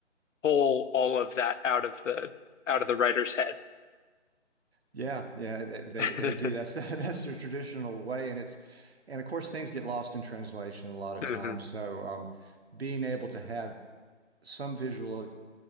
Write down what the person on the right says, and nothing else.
Yeah, yeah, they, they
they do. That's the, <laughs> that's their traditional way, and it's and of course things get lost in translation a lot of
times. So um, being able to have some visual